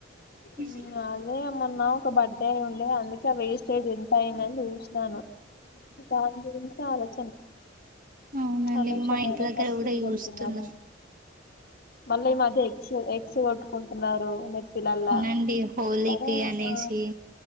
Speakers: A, on the right; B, on the left.
A: ఇ
B: ఉమ్,
A: సి
B: అదే మొన్న ఒక బర్త్డే ఉండే అందుకే వేస్టేజ్ ఎంత అయింది అని చూస్తానా దాని గురించి చాల
A: అవునండి
B: అనవసరమైన
A: మా ఇంటి దగ్గర
B: ఖర్చులు
A: కూడా చూస్తున్న
B: పెడుతున్నారు మళ్ళీ ఈ మద్య ఎక్స్ ఎక్స్ కొట్టుకుంటున్నారు నెత్తిలల్లా
A: అండి హలీకి
B: కదా
A: అనేసి
B: ఆ